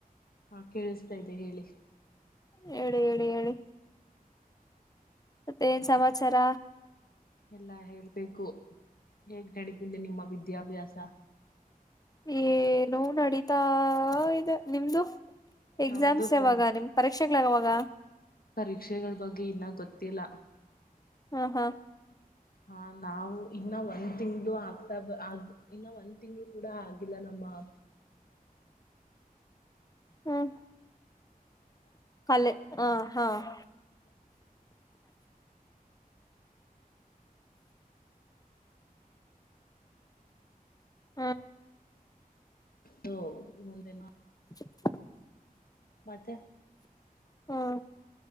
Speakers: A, on the left; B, on the left.
A: ಹಾ ಕೇಳಿಸತಾ ಇದ್ದೆ ಹೇಳಿ
B: ಹೇಳಿ ಹೇಳಿ ಹೇಳಿ ಮತ್ತೆ ಏನ್ ಸಮಾಚಾರ
A: ಎಲ್ಲಾ ಹೇಳ್ಬೇಕು ಹೇಗ್ ನಡತಿದೆೆ ನಿಮ್ಮ ವಿದ್ಯಾಭ್ಯಾಸ.
B: ಏ ನೋ ನಡೀತಾ ಇ ನಿಮ್ದು ಎಕ್ಸಾಮ್ಸ್
A: ನಮ್ದು
B: ಯಾವಾಗ ನಿಮ್ ಪರೀಕ್ಷೆಕ್ಗಳಗಾವಾಗ
A: ಪರೀಕ್ಷೆಗಳ ಬಗ್ಗೆ ಇನ್ನ ಗೊತ್ತಿಲ್ಲ
B: ಹ್ಮ ಹ್ಮ
A: ಹಾ ನಾವು ಇನ್ನ ಒಂದ್ ತಿಂಗ್ಳ ಆಗ್ತಾ ಬ ಆ ಇನ್ನ ಒಂದ್ ತಿಂಗ್ಗಳು ಕೂಡ ಆಗಿಲ್ಲ ನಮ್ ಆ
B: ಹ್ಮ್ ಕಾಲ ಆ ಹಾ ಹ ಹ್ಮ
A: ಹೋ ಮುಂದೆ ನ
B: <unintelligible>
A: ಮತ್ತೆ
B: ಹಾ